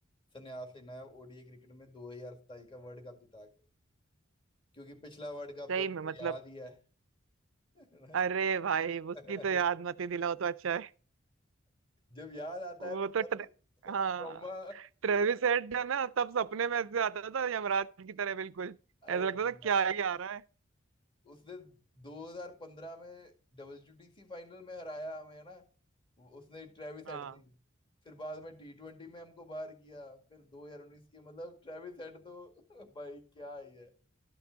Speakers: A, on the left; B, on the right.
A: संन्यास लेना है ओडीआई क्रिकेट में दो हजार सताई का वर्ल्ड कप जिता के क्योंकि पिछला वर्ल्ड कप
B: सही
A: तो हमको
B: में मतलब
A: याद ही है <laughs>
B: अरे भाई उसकी
A: अरे
B: तो याद मत ही दिलाओ तो अच्छा है
A: जब याद आता
B: वो
A: है तो
B: तो
A: बस
B: ट्रे... हाँ
A: ट्रॉमा
B: ट्रेविस हेड है ना तब सपने में ऐसे आता था यमराज की तरह बिल्कुल
A: अरे
B: ऐसा लगता था क्या
A: यार
B: ही आ रहा है
A: उसने 2015 में डब्ल्यूटीसी फाइनल में हराया हमें है ना उसने ट्रेविस
B: हाँ
A: हेड दी फिर बाद में टी ट्वेंटी में हमको बाहर किया फिर 2019 के मतलब ट्रेविस हेड तो भाई क्या ही है